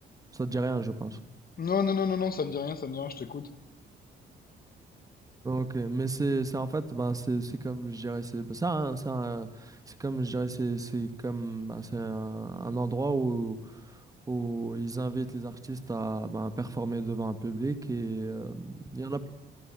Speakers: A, on the right; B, on the left.
A: Ça te dit rien, je pense.
B: Non non non non non, ça me dit rien, ça me dit rien, je t'écoute.
A: Ok, mais c'est, c'est en fait, bah, c'est, c'est comme, je dirais, c'est bah, ça, hein, ça, euh, c'est comme, je dirais, c'est, c'est comme, bah, c'est un, un endroit où, où ils invitent les artistes à bah, performer devant un public et euh, il y en a